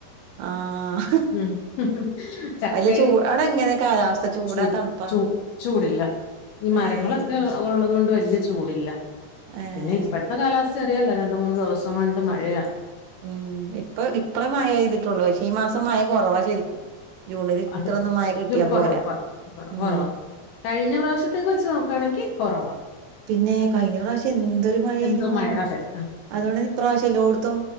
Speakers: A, on the right; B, on the left.
A: ആഹ്
B: <inaudible> ചക്കയും
A: വല്യ ചൂ അവിടെ എങ്ങനെ കാലാവസ്ഥ ചൂടാ
B: ചൂട്
A: തണുപ്പാ?
B: ചൂ ചൂടില്ല ഈ മരങ്ങളൊക്കെ
A: ഏഹ്
B: ഉള്ളത്ുകൊണ്ട് വലിയ ചൂടില്ല
A: ഏഹ്
B: പിന്നെ ഇപ്പ ഇപ്പത്തെ കാലാവസ്ഥ അറിയല്ലോ രണ്ട മൂന്ന്ു ദിവസം കൊണ്ട് മഴയ
A: ഉം ഇപ്പ ഇപ്പഴേ മഴ പെയ്തിട്ടുള്ളൂ പക്ഷേ ഈ മാസം മഴ കുറവ ശരിക്കും ജൂണില് ഇത്രൊന്നും
B: അതെ
A: മഴ കിട്ടിയാ
B: കുറവ്
A: പോരാ
B: കുറവ് കുറവ്
A: ഉം
B: കുറവാ കഴിഞ്ഞ പ്രാവശ്യത്തേക്ക് വെച്ച് നോക്കുകയാണെങ്കിൽ കുറവാ
A: പിന്നെ കഴിഞ്ഞ പ്രാവശ്യം എന്തൊരു മഴയഞ്ഞു
B: എന്തോ മഴ അതെ ആ.
A: അതുകൊണ്ട് ഇപ്രാവശ്യം എല്ലോടത്തും